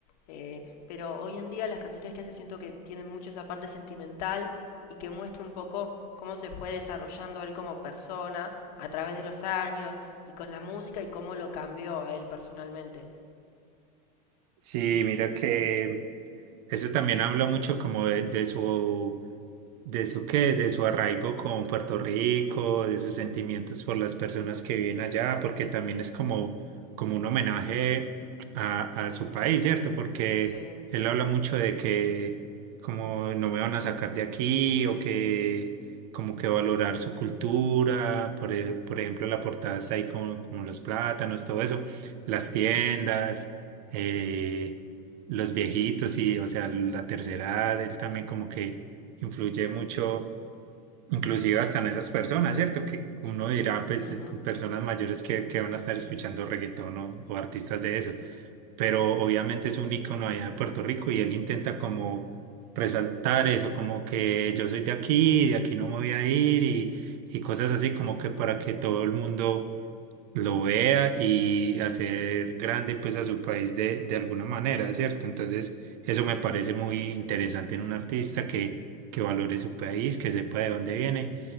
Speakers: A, on the left (about 80°); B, on the right (about 75°).
A: eh, pero hoy en día las canciones que hace siento que tienen mucho esa parte sentimental y que muestra un poco cómo se fue desarrollando él como persona a través de los años y con la música y cómo lo cambió a él personalmente.
B: Sí, mira que eso también habla mucho como de, de su, de su qué, de su arraigo con Puerto Rico, de sus sentimientos por las personas que viven allá, porque también es como, como un homenaje a, a su país, ¿cierto? Porque
A: Sí.
B: él habla mucho de que como no me van a sacar de aquí o que como que valorar su cultura, por, e- por ejemplo, la portada está ahí como, como los plátanos, todo eso, las tiendas. eh, los viejitos y, o sea, la tercera edad, él también como que influye mucho, inclusive hasta en esas personas, ¿cierto? Que uno dirá, pues,
A: ujú,
B: es- personas mayores que, que van a estar escuchando reggaetón o, o artistas
A: <laughs>
B: de eso, pero obviamente es un ícono allá de Puerto Rico y él intenta como resaltar eso, como que yo soy de aquí, de aquí no me voy a ir y, y cosas así, como que para que todo el mundo lo vea y hacer grande pues a su país de, de alguna manera, ¿cierto? Entonces, eso me parece muy interesante en un artista que, que valore su país, que sepa de dónde
A: Sí.
B: viene